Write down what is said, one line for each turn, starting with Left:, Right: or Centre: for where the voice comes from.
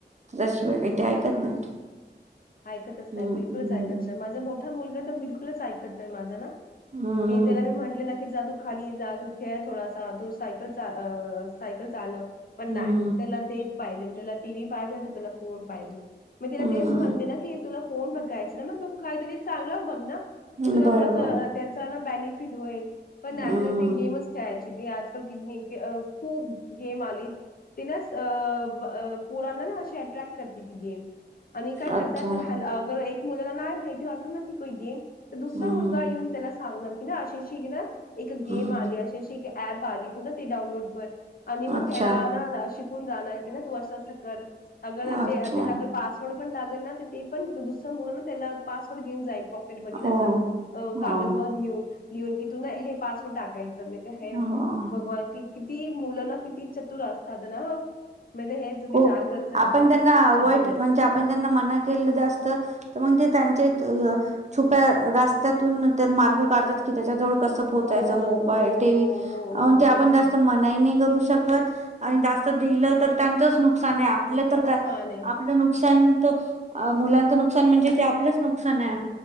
Right: त्याशिवाय ते काही ऐकत नाहीत.
Left: ऐकतच नाही
Right: हम्म
Left: बिलकुलच
Right: हम्म
Left: ऐकत नाही माझा मोठा मुलगा तर बिलकुलच ऐकत नाही माझा ना
Right: हम्म
Left: कि त्याला मी म्हंटले ना जा तू खाली जा, तू खेळ, थोडासा तू सायकल सायकल चालव. पण
Right: हम्म
Left: नाही त्याला तेच पाहिजे त्याला टीव्ही पाहिजे, त्याला फोन पाहिजे, मग तिला
Right: हम्म
Left: तेच म्हणते नी तुला फोन बघायच मग तू काहीतरी चांगला बघ ना की
Right: हम्म
Left: तुला
Right: बरोबर
Left: थोडासा त्याचा ना बेनिफिट होईल पण त्या
Right: हम्म
Left: ते गेमच खेळायची ते आजकाल की <unintelligible> <unintelligible> खूब गेम आली ति ना अ पोरांना ना अशी अट्रॅक्ट करते ती गेम आणि काय करतात
Right: अच्छा
Left: ह्याला अगर एक मुलगा नाय भेटला असेल ना गेम तर दुसरा
Right: हम्म
Left: मुलगा येऊन त्याला सांगणार की ना अशीशी ना एक गेम
Right: हम्म
Left: आली, अशशी एक ऍप पाली तू ना ती डाऊनलोड कर आणि
Right: अच्छा
Left: मग ह्याला ना शिकून जाणार की ना तू असं असं कर अगर
Right: अच्छा
Left: ते त्यांना अ पासवर्ड पण लागल ना तर ते पण दुसरं मुला त्याना पासवर्ड देऊन जाईल. पॉकेट मधी नाइ
Right: ओ
Left: का अ
Right: हो
Left: कागदवर लिहून लिहून की तू ना हे पासवर्ड टाकायचं. <unintelligible> हे
Right: हो
Left: भगवान की, किती मुलं ना किती चतुर असतात ना. मी ते हेच
Right: खूप
Left: विचार करत राहते
Right: आपण त्यांना
Left: की खूप
Right: अवॉइड
Left: चतुर आहेत.
Right: म्हणजे आपण त्यांना मना केलं जास्त त मंग त्यांचे <unintelligible> छुप्या रास्त्यातून ते मार्ग काढतात की त्याच्याजवळ कस कसं पोचायचं
Left: हो
Right: मोबाईल
Left: हो
Right: टीव्ही
Left: हो हो
Right: म्हणजे
Left: हो
Right: आपण
Left: ते तर
Right: जास्त
Left: आहे
Right: मनाई नाही करू शकत आणि जास त दिलं तर त्यांचच नुकसान ए आपलं तर
Left: नुकसान
Right: काय
Left: आहे
Right: आपलं नुकसान त अ मुलांचं नुकसान म्हणजे ते आपलंच नुकसान आहे